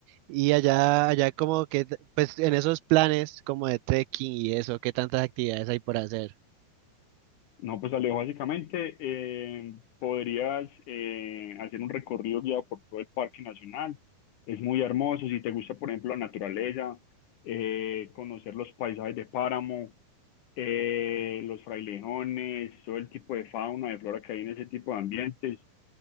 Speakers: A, on the right; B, on the left.
A: Y allá, allá como que, pues en esos planes como de trekking y eso, ¿qué tantas actividades hay por hacer?
B: No, pues Alejo, básicamente eh, podrías eh, hacer un recorrido guiado por todo el Parque Nacional. Es muy hermoso. Si te gusta, por ejemplo, la naturaleza, eh, conocer los paisajes de páramo, eh, los frailejones, todo el tipo de fauna, de flora que hay en ese tipo de ambientes.